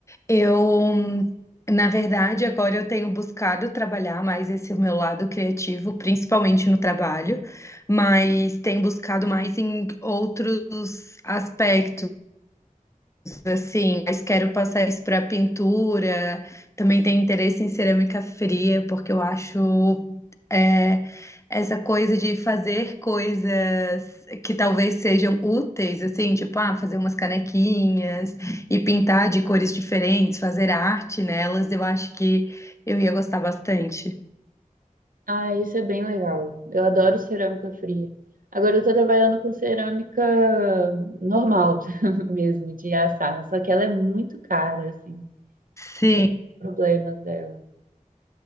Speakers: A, on the left (about 20°); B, on the right (about 80°).
A: Eu, na verdade, agora eu tenho buscado trabalhar mais esse meu lado criativo, principalmente no trabalho, mas tenho buscado mais em outros aspectos assim, mas quero passar isso para pintura. Também tenho interesse em cerâmica fria, porque eu acho é, essa coisa de fazer coisas que talvez sejam úteis, assim, tipo, ah, fazer umas canequinhas e pintar de cores diferentes, fazer arte nelas, eu acho que eu ia gostar bastante.
B: Ah, isso é bem legal. Eu adoro cerâmica fria. Agora eu tô trabalhando com cerâmica normal <laughs> mesmo, de assar, só que ela é muito cara, assim.
A: Sim,
B: Então, tem problemas dela.